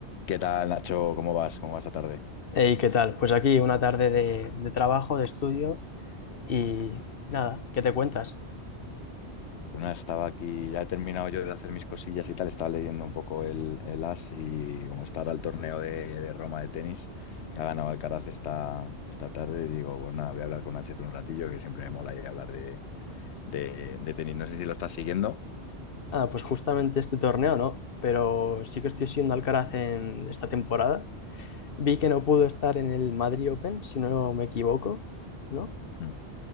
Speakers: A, on the left; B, on the left.
A: ¿Qué tal, Nacho? ¿Cómo vas? ¿Cómo va esta tarde?
B: Hey, ¿qué tal? Pues aquí una tarde de, de trabajo, de estudio y nada, ¿qué te cuentas?
A: Pues nada, estaba aquí, ya he terminado yo de hacer mis cosillas y tal, estaba leyendo un poco el, el As y como está ahora el torneo de, de Roma de tenis que ha ganado Alcaraz esta, esta tarde, digo, bueno, nada, voy a hablar con Nachito un ratillo que siempre me mola ir a hablar de, de, de tenis. No sé si lo estás siguiendo.
B: Nada, pues justamente este torneo no, pero sí que estoy siendo Alcaraz en esta temporada. Vi que no pudo estar en el Madrid Open, si no me equivoco, ¿no?
A: Mm,